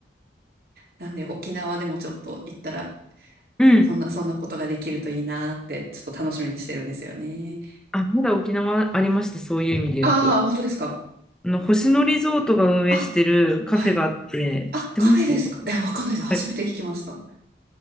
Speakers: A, on the right; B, in the centre.
A: なんで、沖縄でもちょっと行ったら、
B: うん。うん。
A: そんな、そんなことができるといいなって、ちょっと楽しみにしてるんですよね。
B: あ、まだ沖縄ありました、そういう意味で言うと。
A: ああ、本当ですか。
B: あの星野リゾートが運営してるカフェがあって、
A: あ、はい。あ、
B: 知ってますそこ、
A: カフェですか。いや、わかんないです。初めて聞きました。
B: はい、